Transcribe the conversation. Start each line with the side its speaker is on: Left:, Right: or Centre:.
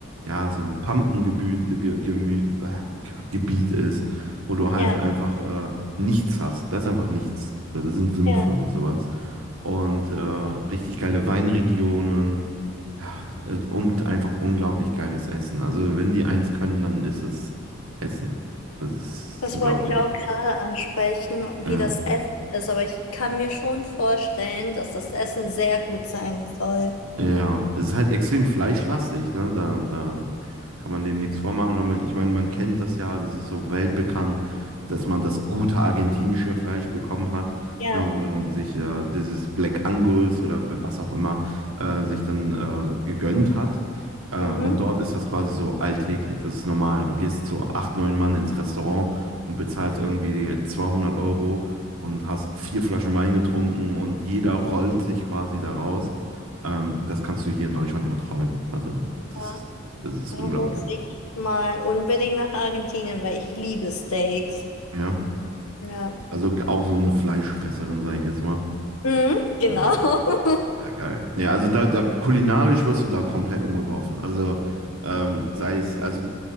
Right: ja, so ein Pampengebiet äh, ge, gemü- äh, Ge- Gebiet ist, wo du halt
Left: Ja,
Right: einfach äh, nichts hast. Da ist einfach nichts. Da sind Sümpfe
Left: ja.
Right: und sowas. Und äh, richtig geile Weinregionen. Ja, äh, und einfach unglaublich geiles Essen. Also wenn die eins können, dann ist es Essen. Das ist
Left: Das
Right: unglaublich.
Left: wollte ich auch gerade ansprechen,
Right: Ja.
Left: wie das Essen ist, aber ich kann mir schon vorstellen, dass das Essen sehr gut sein soll.
Right: Ja, es ist halt extrem fleischlastig, ne? Da, da kann man denen nichts vormachen. wenn Man, ich meine, man kennt das ja, das ist so weltbekannt, dass man das gute argentinische Fleisch bekommen hat,
Left: Ja,
Right: ne? Oder sich äh, dieses Black Angus oder w- was auch immer äh, sich dann äh, gegönnt hat. Äh,
Left: mhm.
Right: und dort ist das quasi so alltäglich. Das ist normal. Du gehst zu acht, neun Mann ins Restaurant und bezahlst irgendwie 200 Euro und hast vier Flaschen Wein getrunken und jeder rollt sich quasi da raus. Ähm, das kannst du hier in Deutschland nur träumen. Also, das
Left: Ja,
Right: ist, das ist
Left: da
Right: unglaublich.
Left: muss ich mal unbedingt nach Argentinien, weil ich liebe Steaks.
Right: Ja.
Left: Ja,
Right: Also auch so eine Fleischfresserin, sage ich jetzt mal.
Left: mhm, genau.
Right: Ja, Ja.
Left: <laughs>
Right: ja geil. Ja, also da, da kulinarisch wirst du da komplett umgeworfen. Also ähm, sei es, also